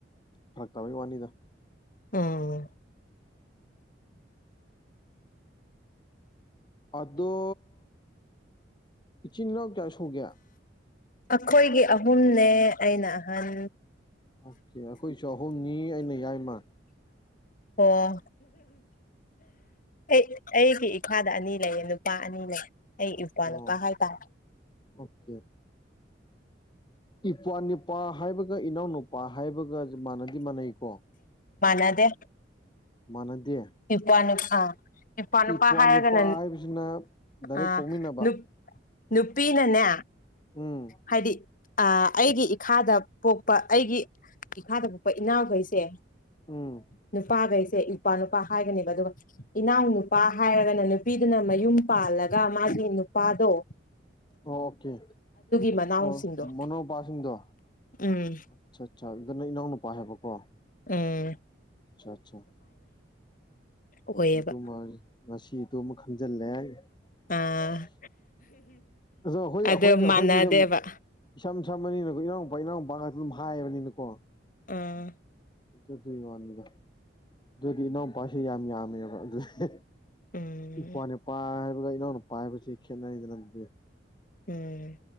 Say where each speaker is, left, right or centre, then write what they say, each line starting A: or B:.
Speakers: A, on the left (about 25°); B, on the left (about 50°).
A: ꯐꯔꯛ ꯇꯕ ꯋꯥꯅꯤꯗ
B: ꯎꯝ
A: ꯑꯗꯣ ꯏꯆꯤꯟ ꯏꯅꯥꯎ ꯀꯌꯥ ꯁꯨꯒꯦ
B: ꯑꯩꯈꯣꯏꯒꯤ ꯑꯍꯨꯝꯅꯦ ꯑꯩꯅ ꯑꯍꯟ
A: ꯑꯣꯀꯦ ꯑꯩꯈꯣꯏꯁꯨ ꯑꯍꯨꯝꯅꯤ ꯑꯩꯅ ꯌꯥꯏꯃ
B: ꯑꯣ ꯑꯩ ꯑꯩꯒꯤ ꯏꯈꯥꯗ ꯑꯅꯤ ꯂꯩꯌꯦ ꯅꯨꯄꯥ ꯑꯅꯤ ꯂꯩ ꯑꯩ ꯏꯐꯥꯜꯨ
A: ꯑꯣ
B: ꯀ ꯍꯥꯏ ꯇꯥ
A: ꯑꯣꯀꯦ ꯏꯄ꯭ꯋꯥꯅꯤꯄꯥ ꯍꯥꯏꯕꯒ ꯏꯅꯥꯎꯅꯨꯄꯥ ꯍꯥꯏꯕꯒ ꯃꯥꯟꯅꯗꯤ ꯃꯥꯟꯅꯩꯀꯣ
B: ꯗꯦ
A: ꯃꯥꯟꯅꯗꯦ
B: ꯏꯄꯅ ꯑꯥ ꯅꯨꯄꯥ
A: ꯏꯄ꯭ꯋꯥ
B: ꯅꯨꯄꯥ ꯍꯥꯏꯔꯒꯅ
A: ꯅꯤꯄꯥ ꯍꯥꯏꯕꯁꯤꯅ ꯗꯥꯏꯔꯦꯛ
B: ꯑ
A: ꯄꯣꯛꯃꯤꯟꯅꯕ
B: ꯅꯨ ꯅꯨꯄꯤꯅꯅꯦ
A: ꯎꯝ
B: ꯍꯥꯏꯗꯤ ꯑꯩꯒꯤ ꯏꯈꯥꯗ ꯄꯣꯛꯄ ꯑꯩꯒꯤ ꯏꯈꯥꯗ ꯄꯣꯛꯄ ꯏꯅꯥꯎꯈꯩꯁꯦ
A: ꯎꯝ
B: ꯅꯨꯄꯥꯈꯩꯁꯦ ꯅꯨꯄꯥ ꯅꯨ ꯅꯨꯄꯥ ꯍꯥꯏꯒꯅꯦꯕ ꯑꯗꯨꯒ ꯏꯅꯥꯎ ꯅꯨꯄꯥ ꯍꯥꯏꯔꯒꯅ ꯅꯨꯄꯤꯗꯨꯅ ꯃꯌꯨꯝ ꯄꯥꯜꯂꯒ ꯃꯥꯒꯤ ꯅꯨꯄꯥ ꯑꯗꯣ
A: ꯑꯣ ꯑꯣꯀꯦ
B: ꯃꯅꯥꯎꯁꯤꯡꯗꯣ
A: ꯑꯣ ꯃꯅꯣꯄꯥꯁꯤꯡꯗꯣ
B: ꯎꯝ
A: ꯑꯆꯥ ꯑꯗꯨꯗ ꯅ ꯏꯅꯥꯎ ꯅꯨꯄꯥ ꯍꯥꯏꯕꯀꯣ
B: ꯑꯦ
A: ꯑꯆꯥ ꯑꯆꯥ
B: ꯑꯣꯏꯌꯦꯕ
A: ꯇ ꯃꯥ ꯉꯁꯤꯗꯨ ꯑꯃꯨꯛ ꯈꯪꯖꯤꯜꯂꯦ ꯑꯣ ꯑꯩꯈꯣꯏ
B: ꯑꯥ ꯑꯗꯨ
A: ꯑꯩꯈꯣꯏꯅ
B: ꯃꯥꯟꯅꯗꯦꯕ
A: ꯑꯩꯈꯣꯏꯗꯤ ꯁꯨꯝ ꯏꯁꯝ ꯁꯝꯃꯅꯤꯅꯀꯣ ꯏꯅꯥꯎꯨꯄꯥ ꯏꯅꯥꯎ ꯅꯨꯄꯥ ꯉꯥꯛꯇ ꯑꯗꯨꯝ ꯍꯥꯏꯕꯅꯤꯅꯀꯣ
B: ꯑꯥ
A: ꯑꯗꯨ ꯑꯗꯨꯒꯤ ꯋꯥꯅꯤꯗ ꯑꯗꯨꯗꯤ ꯏꯅꯥꯎꯄꯥꯁꯤ ꯌꯥꯝ ꯌꯥꯝꯃꯦꯕ ꯑꯗꯨꯗꯤ
B: ꯎꯝ
A: ꯏꯄꯥ ꯅꯨꯄꯥ ꯍꯥꯏꯕꯒ ꯏꯅꯥꯎ ꯅꯨꯄꯥ ꯍꯥꯏꯕꯁꯤ ꯈꯦꯠꯅꯔꯤꯗꯅꯠꯇꯦ
B: ꯎꯝ